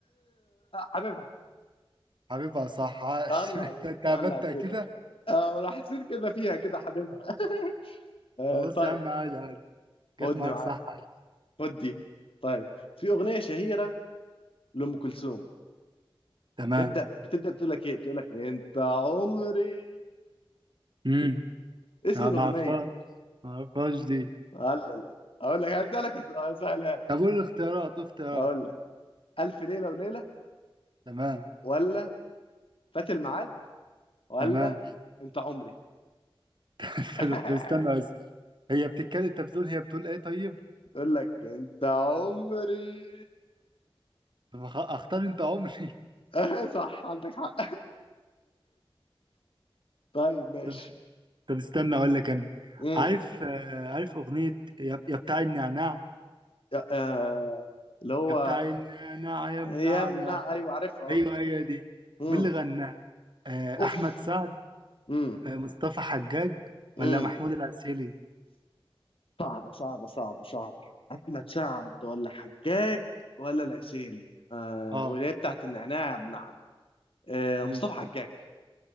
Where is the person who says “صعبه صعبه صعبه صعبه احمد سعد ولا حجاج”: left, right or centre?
Left